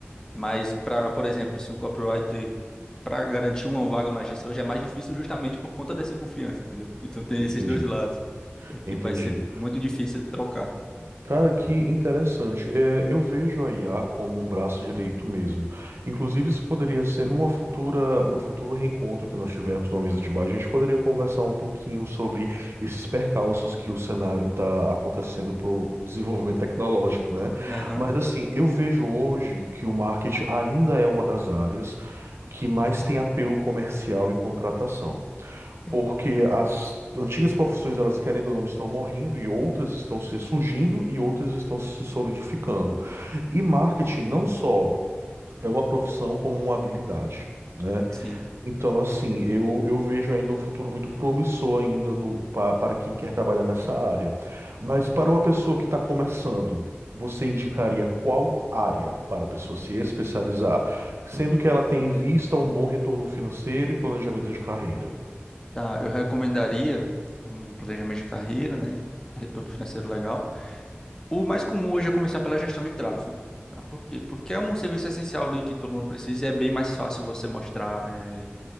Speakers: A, on the left; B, on the right.
A: Mas, para, por exemplo, se um copywriter, para garantir uma vaga na agência hoje, é mais difícil justamente por conta dessa confiança, entendeu? Então, tem
B: Entendido.
A: esses dois lados. É que
B: Entendido.
A: vai ser muito difícil trocar.
B: Cara, que interessante. É, eu vejo a IA como um braço direito mesmo. Inclusive,
A: Uhum.
B: isso poderia ser numa futura, no futuro reencontro que nós tivermos numa mesa de bar, a gente poderia conversar um pouquinho sobre esses percalços que o cenário está acontecendo para o desenvolvimento tecnológico, né?
A: Aham,
B: Mas assim, eu vejo hoje que o marketing ainda é uma das áreas que mais tem apelo comercial e contratação
A: tem.
B: porque as antigas profissões, elas querendo ou não, estão morrendo e outras estão se surgindo e outras estão se solidificando. E marketing não só é uma profissão como uma habilidade. Né?
A: Sim.
B: Então, assim, eu, eu vejo ainda um futuro muito promissor ainda no, pa- para quem quer trabalhar nessa área. Mas para uma pessoa que está começando, você indicaria qual área para a pessoa se especializar, sendo que ela tem em vista um bom retorno financeiro e planejamento de carreira?
A: Tá, eu recomendaria um planejamento de carreira, né? Retorno financeiro legal. O mais comum hoje é começar pela gestão de tráfego. Tá? Por quê? Porque é um serviço essencial ali que todo mundo precisa e é bem mais fácil você mostrar, eh,